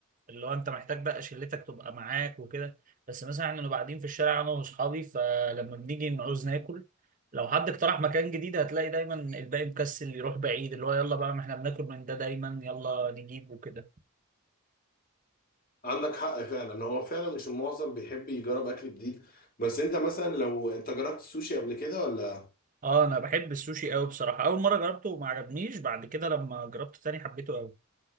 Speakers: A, on the right; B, on the left.
A: اللي هو انت محتاج بقى شلتك تبقى معاك وكده بس مثلا احنا بنبقى قاعدين في الشارع انا واصحابي فلما بنيجي نعوز ناكل لو حد اقترح مكان جديد هتلاقي دايما الباقي مكسل يروح بعيد اللي هو يلا بقى ما احنا بناكل من ده دايما يلا نجيب وكده
B: عندك حق فعلا هو فعلا مش المعظم بيحب يجرب اكل جديد بس انت مثلا لو انت جربت السوشي قبل كده ولا
A: اه انا بحب السوشي قوي بصراحة اول مرة جربته وما عجبنيش بعد كده لما جربته تاني حبيته قوي